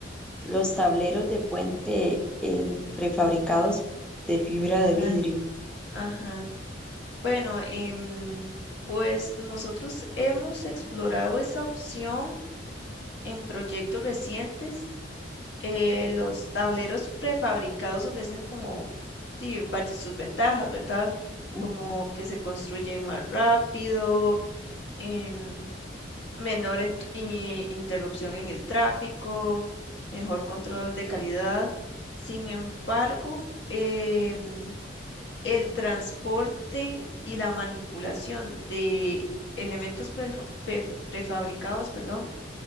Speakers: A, in the centre; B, on the left (about 65°).
A: los tableros de puente eh, prefabricados de fibra de
B: Ah,
A: vidrio.
B: ajá. Bueno, em, pues nosotros hemos explorado esa opción en proyectos recientes. eh, los tableros prefabricados ofrecen como sí, varias sus ventajas, ¿verdad?
A: Ujú.
B: Como que se construyen más rápido, em, menor ent- i- interrupción en el tráfico, mejor control de calidad. Sin embargo, em, el transporte y la manipulación de elementos prefa- pef- prefabricados, perdón,